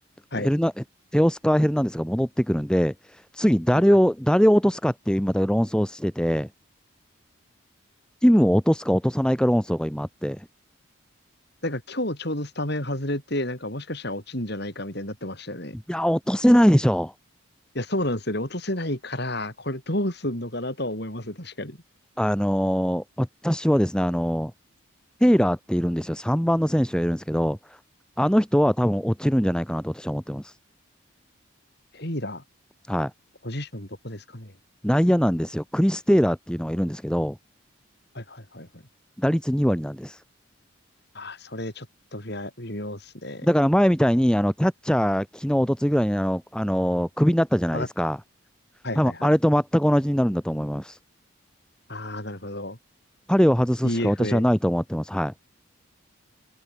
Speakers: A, on the left (about 50°); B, in the centre.
A: はい。
B: ヘルナ、えテオスカー・ヘルナンデスが戻ってくるんで、次誰を、
A: はい。あ
B: 誰を落とすかっていう、また論争してて、キムを落とすか落とさないか論争が今あって、
A: なんか今日ちょうどスタメン外れて、なんかもしかしたら落ちんじゃないかみたいになってましたよね。
B: いや、落とせないでしょ。
A: いや、そうなんですよね。落とせないから、これどうすんのかなとは思いますね、確かに。
B: あの、私はですね、あの、テイラーっているんですよ。3番の選手がいるんですけど、あの人は多分落ちるんじゃないかなと私は思ってます。
A: ヘイラ
B: はい。
A: ー、ポジションどこですかね。
B: 内野なんですよ。クリス・テイラーっていうのがいるんですけど、
A: はいはいはいはい。
B: 打率2割なんです。
A: ああ、それちょっと微妙微妙っすね。
B: だから前みたいに、あの、キャッチャー、昨日、一昨日ぐらいに、あの、あの、クビになったじゃないですか。
A: あ、はいはいはい。
B: 多分、あれと全く同じになるんだと思います。
A: ああ、なるほど。
B: 彼を外すしか私はないと思ってます。
A: DFA。
B: はい。